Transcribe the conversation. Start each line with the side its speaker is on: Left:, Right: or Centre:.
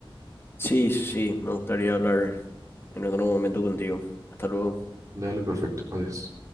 Left: Sí, sí, sí, me gustaría hablar en otro momento contigo. Hasta luego.
Right: Dale, perfecto. Adiós.